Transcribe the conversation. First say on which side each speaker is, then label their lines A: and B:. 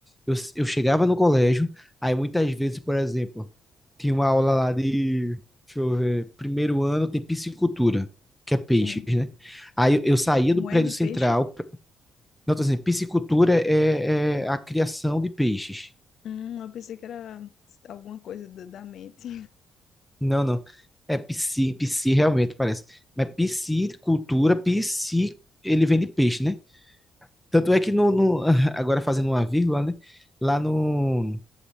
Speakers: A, in the centre; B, on the left.
A: eu, eu chegava no colégio, aí muitas vezes, por exemplo, tinha uma aula lá de, deixa eu ver, primeiro ano tem piscicultura, que é peixes,
B: sim.
A: né? Aí eu, eu saía
B: Como
A: do prédio
B: é de
A: central.
B: peixe?
A: pr- Não, tô dizendo, piscicultura é, é a criação de peixes.
B: Hum, eu pensei que era alguma coisa da da mente.
A: Não, não. É pisci, pisci realmente parece. Mas piscicultura, pisci, ele vem de peixe, né? Tanto é que no, no- <laughs> agora fazendo uma vírgula, né? Lá no,